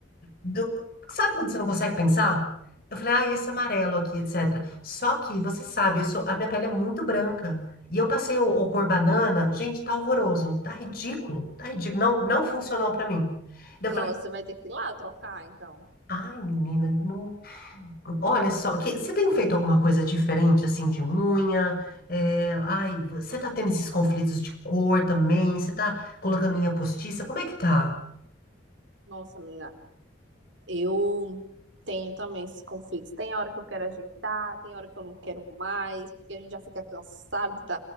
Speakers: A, on the left; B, on the right.
A: do- sabe quando você não consegue pensar? Eu falei, ah, esse amarelo aqui, etc. Só que você sabe, eu sou- a minha pele é muito branca. E eu passei o, o cor banana, gente, tá horroroso, tá ridículo, tá ridículo. Não, não funcionou pra mim. Daí
B: nossa,
A: Eu falei,
B: vai ter que ir lá trocar, então.
A: ai, menina, não. Olha só, que, você tem feito alguma coisa diferente, assim, de unha? É, ai, você tá tendo esses conflitos de cor também? Você tá colocando unha postiça? Como é que tá?
B: Nossa, menina, eu tenho também esses conflitos. Tem hora que eu quero ajeitar, tem hora que eu não quero mais, porque a gente já fica cansado,